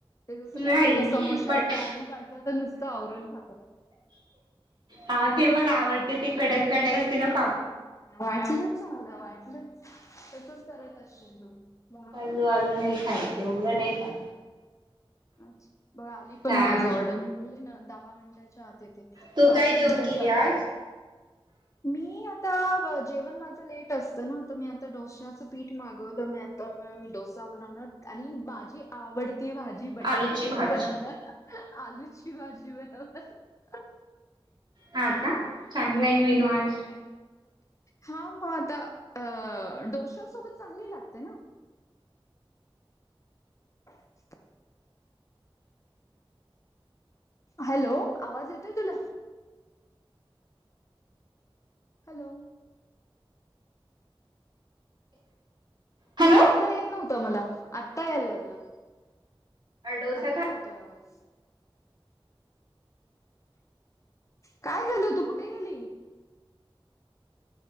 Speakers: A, on the left (about 35°); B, on the right (about 50°).
A: ते जसं काही
B: नाही
A: लोकं समोश्यातलं
B: बट
A: आलू काढतात, आणि नुसतं आवरण खातात.
B: हां ते मला आवडते ते कडक कडक असते ना पाप.
A: वाटलंच मला वाटलंच, तसंच करत असशील तु, वा
B: तो अजून नाही खायत, तेवढं नाही खात.
A: अच्छा, बघ आली पण
B: काय
A: माझं
B: म्हण
A: ऑर्डर, मी बोलली ना दहा मिनिटाच्या आत येते.
B: तू
A: पाच
B: काय
A: मिनिटाच्या
B: जेवण केली
A: आत
B: आज
A: आले. मी.. आता जेवण माझं लेट असतं ना तर मी आता डोश्याचं पीठ मागवलं, मी आता मी डोसा बनवणार आणि माझी आवडती भाजी
B: आलूची
A: बटाट्याची
B: भाजी
A: बनवण, ह्.. आलूची भाजी बनवणार ह्..
B: हा.. का.. चांगला आहे मेनू आज
A: हा.. मग आता, अ.. डोशासोबत चांगली लागते ना. हं <unintelligible> हॅलो!.. आवाज येतोय तूला? हॅलो!
B: हॅलो
A: तुझा येत नव्हता मला, आत्ता यायला लागला...
B: डोसा
A: आत्ता
B: खातोय
A: येतोय आवाज. काय झाल, तू कुठे गेली?